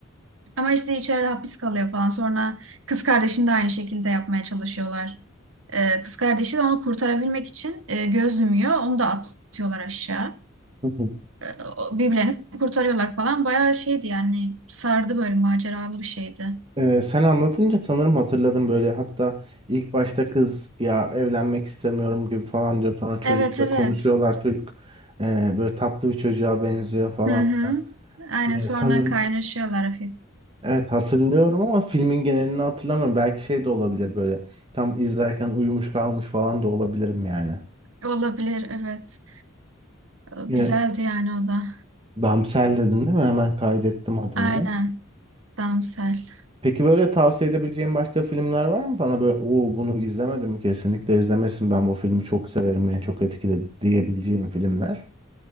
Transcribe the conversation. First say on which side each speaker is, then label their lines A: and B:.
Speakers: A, on the right; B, on the right.
A: Ama işte içeride hapis kalıyor falan. Sonra kız kardeşini de aynı şekilde yapmaya çalışıyorlar. E, kız kardeşi de onu kurtarabilmek için e, göz yumuyor. Onu da atıyorlar aşağı
B: Hı hı.
A: e, o- birbirlerini kurtarıyorlar falan. Bayağı şeydi yani sardı böyle maceralı bir şeydi.
B: Ee, sen anlatınca sanırım hatırladım böyle hatta ilk başta kız ya evlenmek istemiyorum gibi falan diyor sonra çocukla
A: Evet evet.
B: konuşuyorlar çocuk ee, böyle tatlı bir çocuğa benziyor falan
A: Hı hı.
B: filan.
A: Aynen
B: Ee,
A: sonra
B: sanırım
A: kaynaşıyorlar hafif.
B: evet hatırlıyorum ama filmin genelini hatırlamıyorum belki şey de olabilir böyle tam izlerken uyumuş kalmış falan da olabilirim yani.
A: Olabilir evet. O
B: Ee,
A: Güzeldi yani o da.
B: Damsel dedin değil mi? Hemen kaydettim adını.
A: Aynen. Damsel.
B: Peki böyle tavsiye edebileceğin başka filmler var mı? Bana böyle o bunu izlemedim kesinlikle izlemesin ben bu filmi çok severim beni çok etkiledi diyebileceğim filmler.